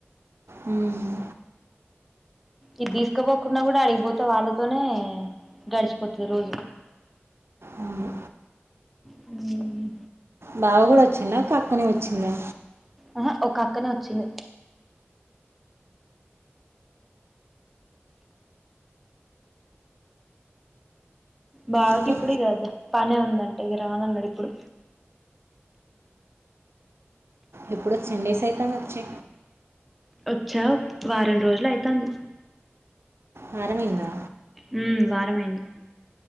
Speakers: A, on the right; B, in the centre.
A: మ్మ్.
B: ఇది తీసుకపోకుండా కూడా ఆడికిపోతే వాళ్ళతోనే గడిచిపోతుది రోజు
A: అవును.
B: హుమ్
A: బావ గూడ వచ్చిండ ఒక అక్కనే వచ్చిందా
B: ఆహా ఒక అక్కనే వచ్చింది. బాకి
A: ఇంకా
B: ఇప్పుడిది కద పనే ఉందంట ఇక రానన్నాడు ఇప్పుడు
A: ఎప్పుడో టెన్ డేస్ అయితంది వచ్చి
B: వచ్చావ్ వారం రోజులు ఐతాంది
A: వారమైందా
B: మ్మ్ వారమైంది